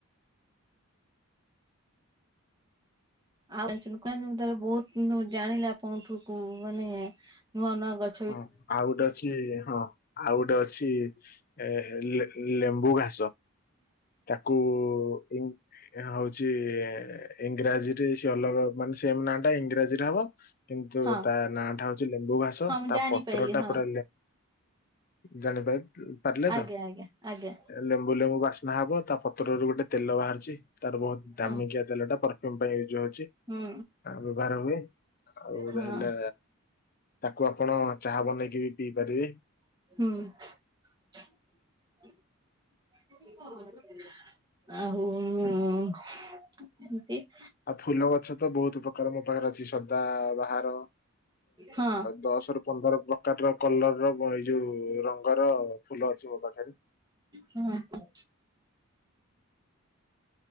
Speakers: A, on the right (about 20°); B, on the left (about 45°).
A: ସେଇଥିପାଇଁ ଆଉ ବହୁତ ଜାଣିଲେ ଆପଣଙ୍କଠୁକୁ ମାନେ ନୂଆ ନୂଆ ଗ
B: ହଁ ଆଉ ଗୋଟେ ଅଛି ହଁ ଆଉ ଗୋଟେ ଅଛି ଏ ଲେମ୍ବୁ ଘା ତାକୁ ଇ ଏହା ହଉଛି ଇଂରାଜୀରେ ସେ ଅଲଗା ମାନେ ସେମ୍ ନାଁ ଟା ଇଂରାଜୀରେ ହବ। କିନ୍ତୁ
A: ହଁ
B: ତା ନାଁ ଟା ହଉଛି ଲେମ୍ବୁ ଘାସ
A: ହଁ ମୁଁ
B: ତା
A: ଜାଣିପାରିଲି
B: ପତ୍ର ଟା
A: ହଁ
B: ପୁରା ଜାଣିପାର ପାରିଲେ
A: ଆଜ୍ଞା
B: ତ?
A: ଆଜ୍ଞା ଆଜ୍ଞା
B: ଲେମ୍ବୁ ଲେମ୍ବୁ ବା ରନ୍ଧା ହବ ତା ପତ୍ରରୁ ଗୋଟେ ତେଲ ବାହାରିଛି ତାର ବହୁତ ଦାମିକିଆ
A: ହଁ।
B: ତେଲ ଟା ପରଫ୍ୟୁମ ପାଇଁ ୟୁଜ୍ ହଉଚି।
A: ହୁଁ
B: ଆ ବ୍ୟବହାର ହଏ ଆଉ
A: ହଁ
B: ରହିଲା ତାକୁ ଆପଣ ଚାହା ବନେଇକି ବି ପିଇ ପାରିବେ।
A: ହୁଁ। ଆଉ ଏମିତି
B: ଆଉ ଫୁଲ ଗଛ ତ ବହୁତ ପ୍ରକାର ମୋ ପାଖରେ ଅଛି। ସଦା ବାହାର୍
A: ହଁ
B: ଦଶର ପନ୍ଦର ପ୍ରକାର ର କଲର ର ଏଇ ଯୋଉ ରଙ୍ଗର ଫୁଲ ଅଛି ମୋ ପାଖରେ।
A: ହୁଁ କୁହ।